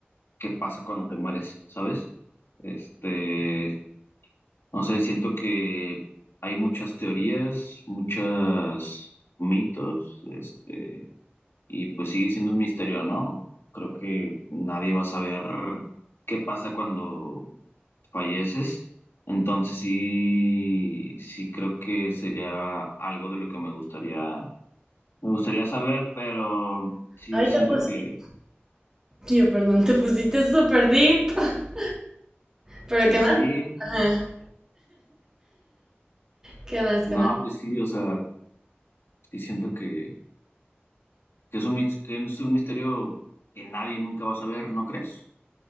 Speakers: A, on the left; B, on the right.
A: ¿qué pasa cuando te mueres? ¿Sabes? Este, no sé, siento que hay muchas teorías, muchos mitos, este, y pues sigue siendo un misterio, ¿no? Creo que nadie va a saber qué pasa cuando falleces. Entonces sí, sí creo que sería algo de lo que me gustaría, me gustaría saber, pero sí
B: Ay,
A: siento
B: te pusiste...
A: que,
B: Tío, perdón, te pusiste súper deep. <laughs> ¿Pero
A: pues
B: qué más?
A: sí,
B: Ajá. ¿Qué más?
A: no,
B: ¿Qué más?
A: pues sí, o sea, sí siento que, que es un, mis- que es un misterio que nadie nunca va a saber, ¿no crees?